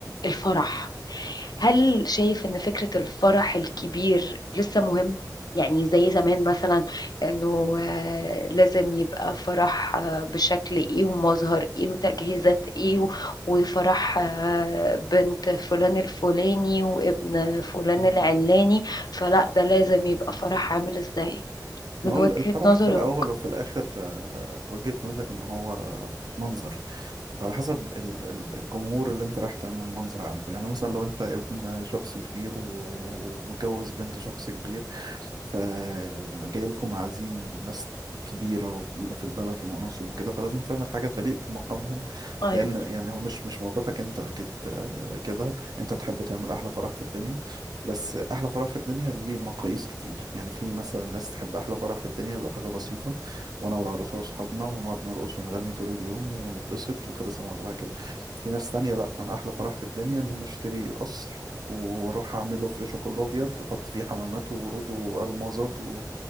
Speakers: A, on the left; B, on the right.
A: الفرح هل شايف إن فكرة الفرح الكبير لسه مهم؟ يعني زي زمان مثلا انه آه، لازم يبقى فرح آه، بشكل ايه ومظهر ايه وتجهيزات ايه و- وفرح آه، بنت فلان الفلاني وابن فلان
B: مم.
A: العلاني فلا ده لازم يبقى فرح عامل ازاي من
B: ما هو
A: وجهة
B: الفرح
A: نظرك
B: في الأول وفي الآخر آه، وجهة نظري إن هو منظر فعلى حسب ال- ال- الجمهور اللي أنت رايح تعمل منظر عنده يعني مثلا لو أنت ابن شخص كبير و- ومتجوز بنت شخص كبير فجاي لكم عزيم ناس كبيرة وتقيلة في البلد ومناصب وكده فلازم تعمل حاجة تليق بمقامهم
A: ايوه
B: لأن يعني هو مش مش موقفك أنت أكيد آه، كده أنت تحب تعمل أحلى فرح في الدنيا بس أحلى فرح في الدنيا ليه مقاييس كتير يعني في مثلا ناس تحب أحلى فرح في الدنيا يبقى حاجة بسيطة وأنا والعروسة وأصحابنا ونقعد نرقص ونغني طول اليوم ونتبسط وخلص الموضوع كده في ناس تانية لأ أنا أحلى فرح في الدنيا إن أنا أشتري قصر واروح اعمله فريشه كله ابيض واحط فيه حمامات وورود والمازات و...